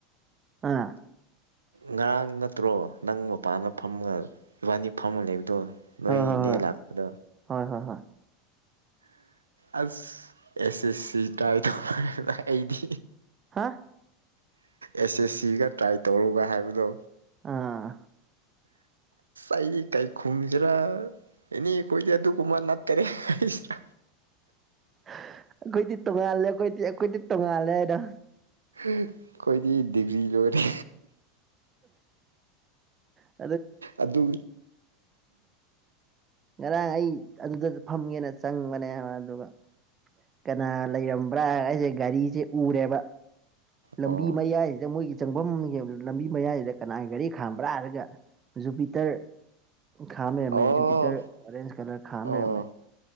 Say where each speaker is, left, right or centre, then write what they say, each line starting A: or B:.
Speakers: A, on the right; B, on the right.
A: ꯑꯥ
B: ꯉꯔꯥꯡ ꯅꯠꯇ꯭ꯔꯣ ꯅꯪ ꯃꯄꯅ ꯐꯝꯒ ꯏꯕꯥꯅꯤ ꯐꯝꯃꯅꯦꯕꯗꯣ ꯅꯣꯏ
A: ꯍꯣꯏ ꯍꯣꯏ
B: ꯏꯅꯦ
A: ꯍꯣꯏ
B: ꯂꯥꯛꯄꯗꯥ
A: ꯍꯣꯏ ꯍꯣꯏ ꯍꯣꯏ
B: ꯑꯥꯁ ꯑꯦꯁ ꯑꯦꯁ ꯁꯤ ꯇꯥꯏ ꯇꯧꯔꯑꯩꯗꯤ
A: ꯍꯥ
B: ꯑꯦꯁ ꯑꯦꯁ ꯁꯤꯒ ꯇ꯭ꯔꯥꯏ ꯇꯧꯔꯨꯒ ꯍꯥꯏꯕꯗꯣ
A: ꯑꯥ
B: ꯑꯥꯏ ꯀꯥꯏ ꯈꯨꯝꯃꯤꯖꯔꯥ ꯑꯦꯅꯦ ꯀꯣꯏꯗꯖ ꯀꯨꯝꯃꯥ ꯅꯠ ꯀꯔꯦ ꯍꯥꯏꯁ
A: ꯑꯩꯈꯣꯏꯗꯤ ꯇꯣꯡꯉꯥꯜꯂꯦ ꯑꯩꯈꯣꯏꯗꯤ ꯑꯩꯈꯣꯏꯗꯤ ꯇꯣꯡꯉꯥꯜꯂꯦ ꯍꯥꯏꯗꯣ
B: ꯑꯩꯈꯣꯏꯗꯤ ꯗꯤꯒ꯭ꯔꯤ ꯂꯣꯏꯔꯦ
A: ꯑ
B: ꯑꯗꯨ
A: ꯉꯔꯥꯡ ꯑꯩ ꯑꯗꯨꯗ ꯐꯝꯒꯦꯅ ꯆꯪꯕꯅꯦꯕ ꯑꯗꯨꯒ ꯀꯅꯥ ꯂꯩꯔꯝꯕ꯭ꯔꯥ ꯑꯩꯁꯦ ꯒꯥꯔꯤꯁꯦ ꯎꯔꯦꯕ ꯂꯝꯕꯤ
B: ꯑꯣ
A: ꯃꯩ ꯍꯥꯏꯗ ꯃꯣꯏꯒꯤ ꯆꯪꯐꯝ ꯂꯝꯕꯤ ꯃꯌꯥꯏꯁꯤꯗ ꯀꯅꯥꯒꯤ ꯒꯥꯔꯤ ꯈꯥꯝꯕ꯭ꯔꯥ ꯍꯥꯏꯔꯒ ꯖꯨꯄꯤꯇꯔ ꯈꯥ ꯃꯦꯔꯝ
B: ꯑꯣ
A: ꯨꯕꯤꯇꯔ ꯀꯂꯔ ꯈꯥ
B: ꯑꯣ
A: ꯃꯔꯃꯦ